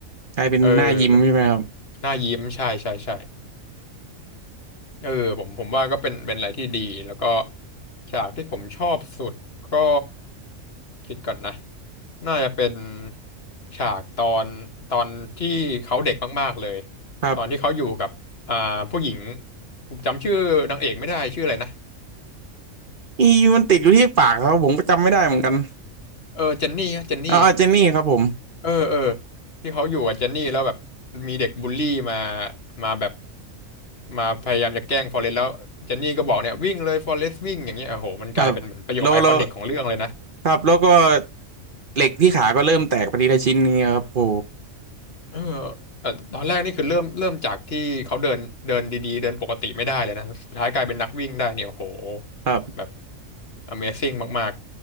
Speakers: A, on the right (about 45°); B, on the left (about 50°).
A: กลายเป็นหน้ายิ้มใช่ไหมครับ
B: เออ หน้ายิ้มใช่ใช่ใช่ เออผมผมว่าก็เป็นเป็นอะไรที่ดีแล้วก็ฉากที่ผมชอบสุดก็คิดก่อนนะน่าจะเป็นฉากตอนตอนที่เขาเด็กมากๆเลย
A: ครับ
B: ตอนที่เขาอยู่กับอ่าผู้หญิงผมจำชื่อนางเอกไม่ได้ชื่ออะไรนะ
A: อีมันติดอยู่ที่ปากครับผมก็จำไม่ได้เหมือนกัน
B: เออเจนนี่เจนนี่
A: อ๋อเจนนี่ครับผม
B: เออเออที่เขาอยู่กับเจนนี่แล้วแบบมีเด็กบูลลี่มามาแบบมาพยายามจะแกล้งฟอเรสต์แล้วเจนนี่ก็บอกเนี่ยวิ่งเลยฟอเรสต์วิ่งอย่างเงี้ยโอ้โหมันกลายเป็นเหมือนประโยคไอคอนิกของเรื่องเลยนะ
A: ครับแล้วแล้วครับแล้วก็เหล็กที่ขาก็เริ่มแตกไปทีละชิ้นนี้ยครับโโห
B: เออแต่ตอนแรกนี่คือเริ่มเริ่มจากที่เขาเดินเดินดีๆเดินปกติไม่ได้เลยนะ สุดท้ายกลายเป็นนักวิ่งได้เนี่ยโอ้โห
A: ครับ
B: แบบ Amazing มาก